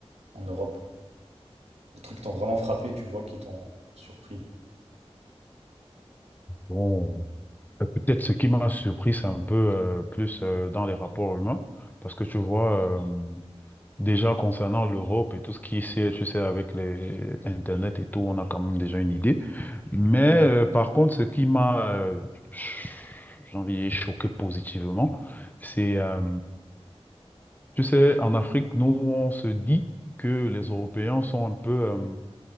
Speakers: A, on the right; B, on the left.
A: en Europe? Les trucs qui t'ont vraiment frappé, tu vois, qui t'ont surpris.
B: Bon, euh, peut-être ce qui m'a surpris, c'est un peu euh, plus euh, dans les rapports humains, parce que tu vois euh, déjà concernant l'Europe et tout ce qui est, tu sais, avec les Internet et tout, on a quand même déjà une idée. Mais euh, par contre, ce qui m'a, euh, ch- j'ai envie de dire choqué positivement, c'est euh, Tu sais, en Afrique, nous, on se dit que les Européens sont un peu, euh,